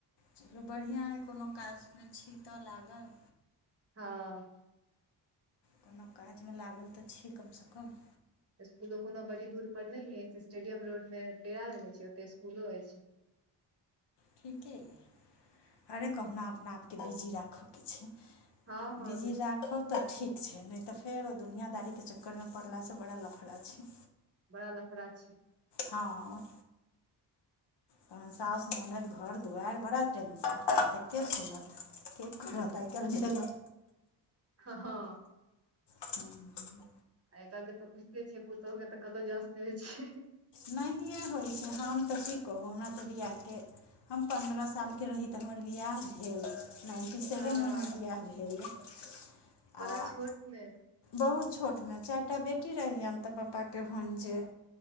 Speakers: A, on the left; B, on the right.
A: चलू बढ़िआँ अइ कोनो काजमे छीतऽ लागल
B: हाँ
A: कोनो काजमे लागल तऽ छी कमस कम
B: इस्कूलो कोनो बड़ी दूर पर नै अछि स्टेडियम रोडमे डेरा लेने छिये ओते इस्कूलो अइछ।
A: ठीकेयै अरे कहुना अपना आपके बिजी राख के छैय।
B: हँ हँ
A: बीजी
B: बिलकुल
A: राखोक तऽ ठीक छैय नै तऽ फेर ओ दुनियाँ दारीके चक्करमे पड़लासँ बड़ा लफड़ा छैय।
B: बड़ा लफड़ा छैय।
A: हाँ तहन सउस ननैद घर दुआरि बड़ा टेन्शन एते के सुनत के करत आइ काइल झेल
B: हा हा
A: हूँ।
B: आइ काल के तऽ बुझते छियै पुतहु के तऽ कतहु जस नहि होई छैय।
A: नहिए होई छैय हम तऽ कि कहू हमरा तऽ बियाहके हम पन्द्रह सालके रही तऽ हमर विआह भेल। नाइन्टी सेवनमे
B: हँ
A: हमर वियाह भेल या
B: बड़ा
A: आ
B: छोट मे
A: बहुत छोटमे चाएटा बेटी रहियनि तऽ पापाके होनि जेय